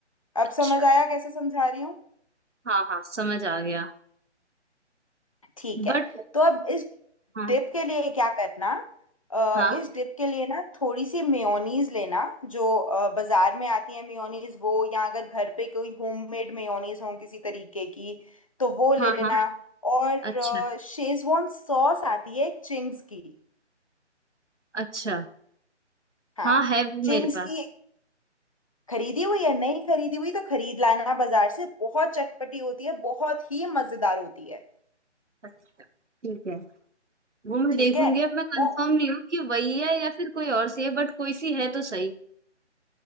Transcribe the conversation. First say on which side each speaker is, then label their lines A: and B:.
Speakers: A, on the left; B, on the right.
A: अब
B: अच्छा
A: समझ आया कैसे समझा रही हूँ
B: हाँ हाँ समझ आ गया
A: ठीक
B: बट
A: है तो अब इस
B: हाँ
A: डिप के लिए क्या करना अ,
B: हाँ
A: इस डिप के लिए ना थोड़ी सी मेयोनीज लेना जो अ, बाजार में आती है मेयोनीज वो या अगर घर पे कोई होममेड मेयोनीज हो किसी तरीके की तो वो ले
B: हाँ
A: लेना
B: हाँ
A: और
B: अच्छा
A: शेजवान सॉस आती है एक चिंग्स की
B: अच्छा
A: हाँ
B: हाँ है वो
A: चिंग्स
B: मेरे पास
A: की खरीदी हुई या नहीं खरीदी हुई तो खरीद लाना बाजार से बहुत चटपटी होती है बहुत ही मजेदार होती है
B: अच्छा, ठीक है वो मैं
A: ठीक
B: देखूंगी
A: है
B: अब मैं कंफर्म
A: वो
B: नहीं हूँ कि वही है या फिर कोई और सी है बट कोई सी है तो सही